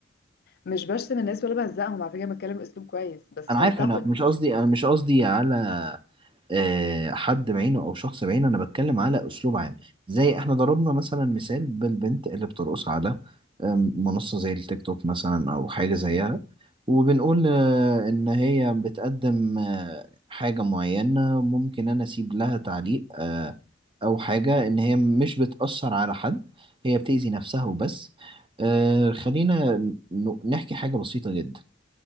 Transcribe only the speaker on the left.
مش برسم الناس ولا بهزقهم على فكرة بتكلم اسلوب كويس بس
بنتقد
يعني